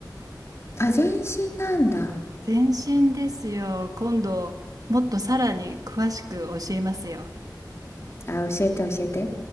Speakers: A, on the left (about 40°); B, on the right (about 55°).
A: あ、全身なんだ。
B: 全身ですよ。今度、もっとさらに詳しく教えますよ。
A: あ、教えて教えて。